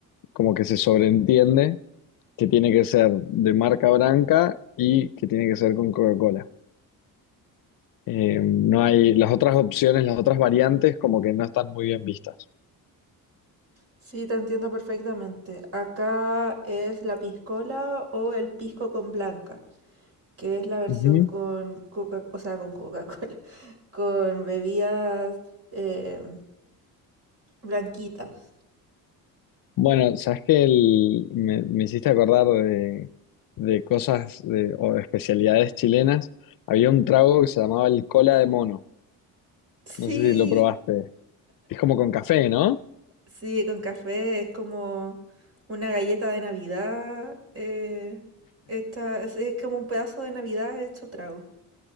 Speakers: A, on the left; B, on the right.
A: como que se sobreentiende que tiene que ser de marca Branca y que tiene que ser con Coca-Cola. Eh, no hay las otras opciones, las otras variantes como que no están muy bien vistas.
B: Sí, te entiendo perfectamente. Acá es la piscola o el pisco con blanca, que es la versión
A: Ujú.
B: con Coca, o sea, con Coca-Cola, <laughs> con bebidas eh, blanquitas.
A: Bueno, sabes que el- me, me hiciste acordar de, de cosas de- o de especialidades chilenas. Había un trago que se llamaba el cola de mono.
B: Sí,
A: No sé si lo probaste. Es como con café, ¿no?
B: sí, con café. Es como una galleta de Navidad. eh, hecha- es, es como un pedazo de Navidad hecho trago.